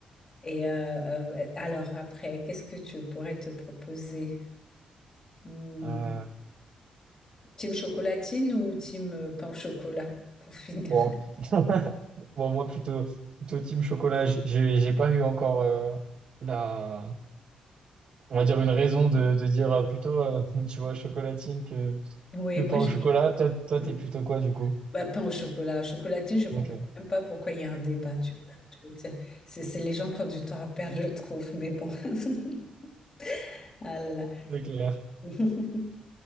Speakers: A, on the left; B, on the right.
A: Et euh, euh, alors après, qu'est-ce que tu pourrais te proposer? Hmm,
B: Euh,
A: team chocolatine ou team euh, pain au chocolat, pour finir?
B: bon.
A: <laughs>
B: <laughs> Bon, moi, plutôt, plutôt team chocolat. J'ai j'ai- j'ai pas eu encore euh, la, on va dire une raison de, de dire euh, plutôt, euh, <laughs> tu vois, chocolatine que,
A: Oui,
B: que pain
A: moi, j'ai...
B: au chocolat. Toi, toi,
A: Hmm.
B: t'es plutôt quoi, du coup?
A: Bah, pain au chocolat. Chocolatine, je comprends
B: Ok,
A: même pas pourquoi il y a un débat, tu vois. Je veux dire, c'est c'est les gens qui ont du temps à perdre, je trouve, mais bon. <laughs> Ah là là.
B: c'est clair.
A: <laughs>